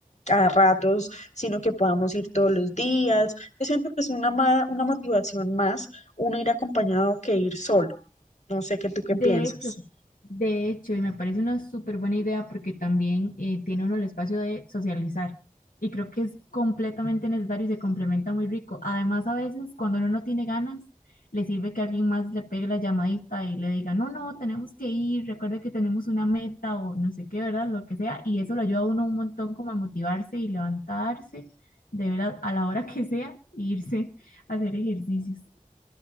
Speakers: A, on the left (about 55°); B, on the left (about 80°).
A: a ratos, sino que podamos ir todos los días. Yo siento que es una, ma- una motivación más uno ir acompañado que ir solo. No sé qué tú qué
B: De
A: piensas.
B: hecho, de hecho, y me parece una súper buena idea porque también eh, tiene uno el espacio de socializar. Y creo que es completamente necesario y se complementa muy rico. Además, a veces cuando uno no tiene ganas, le sirve que alguien más le pegue la llamadita y le diga, no, no, tenemos que ir, recuerde que tenemos una meta o no sé qué, ¿verdad? Lo que sea. Y eso lo ayuda a uno un montón como a motivarse y levantarse de verdad a la hora que sea e irse a hacer ejercicios.